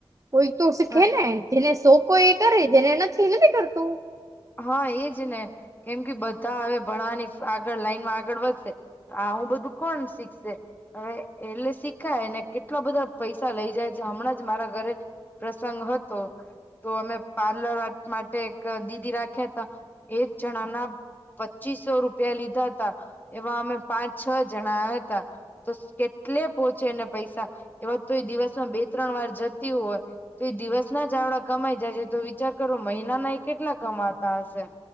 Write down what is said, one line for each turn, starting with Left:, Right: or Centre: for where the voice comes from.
Right: કોઈ તો શીખે
Left: હા
Right: ને જેને શો કો એ કરે જેને નથી એ કરતું.
Left: હા એજ ને કેમ કે બધા હ ભણવાની આગળ લાઈનમાં આગળ વધશે. હું બધું કોણ શીખશે. હવે એટલે શીખાય ને કેટલા બધા પૈસા લઇ જાય છે હમણાં જ મારા ઘરે. પ્રસંગ હતો તો અમે પાર્લર માટે એક દીદી રાખી. રાખ્યા હતા એક જણા ના પચીસો રૂપિયા લીધા હતા એવા અમે પાંચ છ જણા હતા. તો કેટલે પોહોંચેને પૈસા એવા તો એ દિવસમાં બે ત્રણ વાર જતી હોય. તો એ દિવસના જાવડા કમાઈ જાય છે તો વિચાર કરો મહિનાના એ કેટલા કમાતા હશે.